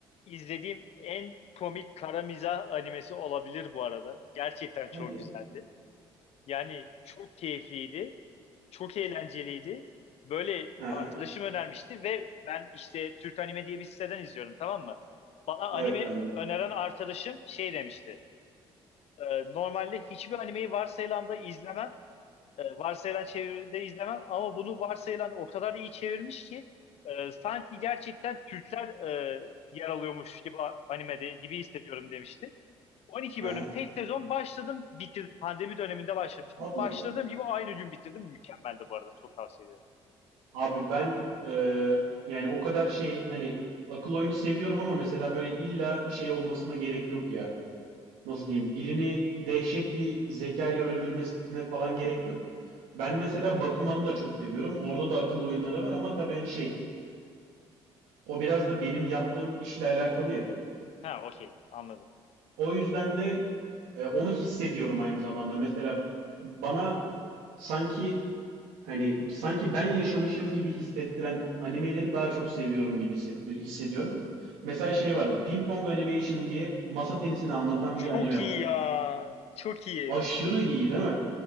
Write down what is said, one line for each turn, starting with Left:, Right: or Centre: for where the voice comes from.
Left: izlediğim en komik kara mizah animesi olabilir bu arada. Gerçekten çok
Right: Hadi ya.
Left: güzeldi. Yani çok keyifliydi. Çok eğlenceliydi. Böyle
Right: Aha.
Left: arkadaşım önermişti ve ben işte Türk Anime diye bir siteden izliyorum tamam mı? Bana anime
Right: Evet ben de.
Left: öneren arkadaşım şey demişti. "E, normalde hiçbir animeyi varsayılanda izlemem. e, varsayılan çeviride izlemem ama bunu varsayılan o kadar iyi çevirmiş ki e, sanki gerçekten Türkler e, yer alıyormuş gibi a- animede gibi hissediyorum demişti. 12
Right: Aha.
Left: bölüm tek sezon başladım bitirdim. Pandemi döneminde başlamıştım.
Right: Hadi
Left: Başladığım
Right: ya.
Left: gibi aynı gün bitirdim. Mükemmeldi bu arada. Çok tavsiye ediyorum.
Right: Abi ben e, yani o kadar şey hani akıl oyunu seviyorum ama mesela böyle illa şey olmasına gerek yok ya. Nasıl diyeyim? Birini dehşet bir zekayla öldürmesine falan gerek yok. Ben mesela Bakuman'ı da çok seviyorum. Orada da akıl oyunları var ama tabii hani şey O biraz da benim yaptığım işle alakalı ya.
Left: Ha okey anladım.
Right: O yüzden de e, onu hissediyorum aynı zamanda. Mesela bana sanki hani sanki ben yaşamışım gibi hissettiren animeleri daha çok seviyorum gibi hissetti- hissediyorum. Mesela şey vardı. Ping Pong Animation diye masa tenisini anlatan
Left: Çok
Right: bir anime
Left: iyi
Right: var.
Left: ya. Çok iyi.
Right: Aşırı iyi değil mi?